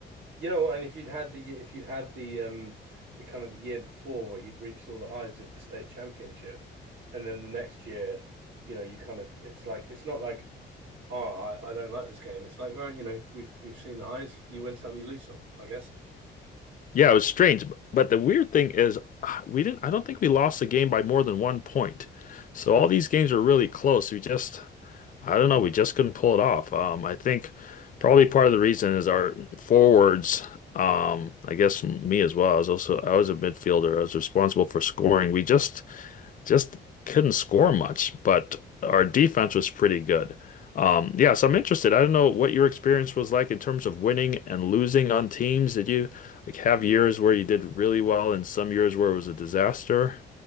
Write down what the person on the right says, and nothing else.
you know, and if you'd had the if you'd had the um the kind of the year before where you'd reached all the highs of the state championship, and then the next year, you know, you kind of it's like it's not like oh I, I don't like this game. It's like all right, you know, we've we've seen the highs. You win some, you lose some, I guess.
Mm.